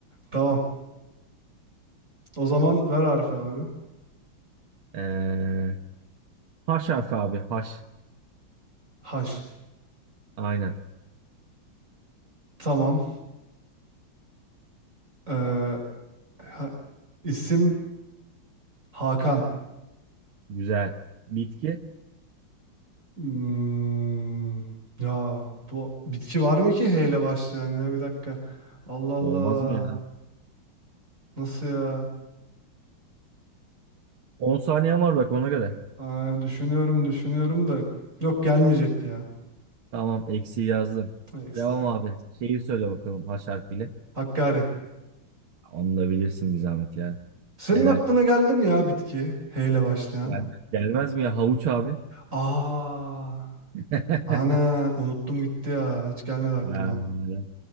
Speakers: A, on the right; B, on the right.
A: Tamam. O zaman ver harfi abi.
B: Ee, H harfi abi haş
A: Haş.
B: Aynen.
A: Tamam. Ee, ha- isim Hakan.
B: Güzel. Bitki.
A: Hmm, ya bu bitki var mı ki H ile başlayan ya bir dakika. Allah Allah.
B: Olmaz mı ya?
A: Nasıl ya?
B: 10 saniyen var bak ona göre.
A: Aa, düşünüyorum düşünüyorum da. Yok gelmeyecek ya.
B: Tamam eksiği yazdım.
A: Eksi.
B: Devam abi. Şeyi söyle bakalım haş harfiyle.
A: Hakkari.
B: Onu da bilirsin bir zahmet ya.
A: Senin
B: Helal.
A: aklına geldi mi ya bitki? H ile başlayan.
B: Gelmez, gelmez mi ya havuç abi?
A: Aa,
B: <laughs>
A: ana unuttum gitti ya. Hiç gelmedi aklıma.
B: Ha, helal.